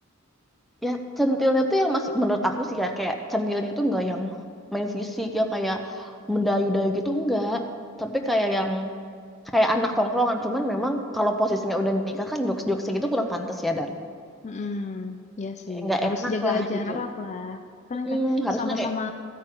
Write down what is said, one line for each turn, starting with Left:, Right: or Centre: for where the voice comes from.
Centre: ya centilnya tuh yang masih menurut aku sih ya kayak centilnya tuh nggak yang main fisik yang kayak mendayu-dayu gitu enggak. Tapi kayak yang kayak anak tongkrongan cuman memang kalau posisinya udah nikah kan jokes-jokes gitu kurang pantas ya dan
Left: Hmm, ya sih
Centre: kayak nggak
Left: harus
Centre: enak
Left: jaga
Centre: lah
Left: jarak
Centre: gitu.
Left: lah. Kan
Centre: Mm,
Left: kan
Centre: harusnya
Left: sama-sama
Centre: kayak